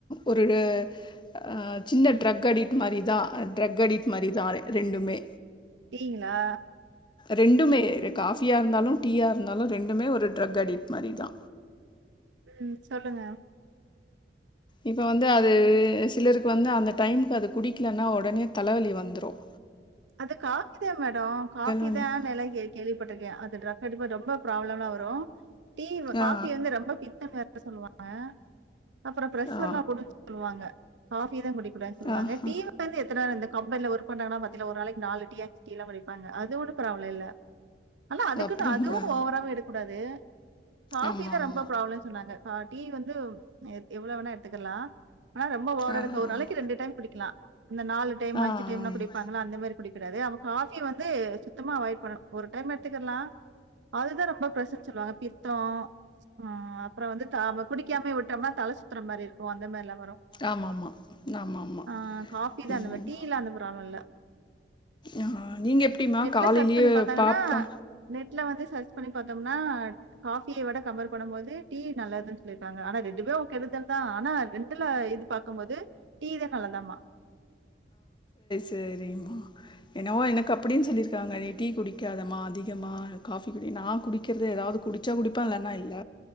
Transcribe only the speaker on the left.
ஒரு ஆ சின்ன ட்ரெக் அடிட்டு மாரிதா ட்ரக் அடிட் மாரி தா ரெண்டுமே
ரெண்டுமே காஃபியா இருந்தாலும் டீயா இருந்தாலும் ரெண்டுமே ஒரு ட்ரக் அடிட்டு மாரி தா
இப்ப வந்து அது சிலருக்கு வந்து அந்த டைம்கு அது குடிக்கலன்னா உடனே தலவலி வந்துரும்
உண்டு
ஆ
ஆ
ஆ ஆ
அப்படிங்களா
ஆமாம்
ஆமாம்
ஆ ஆ
ஆமாம்
ஆமாம் ஆமாம் ஆமாம்
ம்
ஆ நீங்க எப்டிமா
காலைலயே
பாப்பா
சேரி என்னவோ எனக்கு அப் அப்டின் சொல்லிருக்காங்க டீ குடிக்காதமா அதிகமா காஃபி குடி நா குடிக்கெற்து ஏதாவது குடிச்சா குடிப்ப இல்லன்னா இல்ல